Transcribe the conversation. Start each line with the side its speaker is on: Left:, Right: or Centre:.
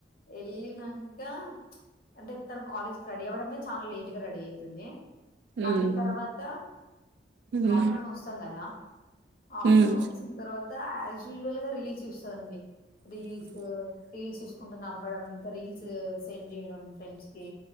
Left: ఎల్లినంక అంటే తను కాలేజ్ కి రెడీవడమే చానా లేట్గా రడీ తుంది మళ్ళీ
Right: ఉమ్
Left: తర్వాత
Right: ఉమ్.
Left: హాఫ్టర్ నూన్ వస్తాం కదా హాఫ్టర్
Right: హ్మ్
Left: నూన్ వచ్చిన తర్వాత యా యూజవల్ గా రిలీజ్ చూస్ సండి రీల్స్ రీల్స్ సు స్ నవ్వడం ఇంక రీల్స్ సెండ్ చేయడం ఫ్రెండ్స్ కి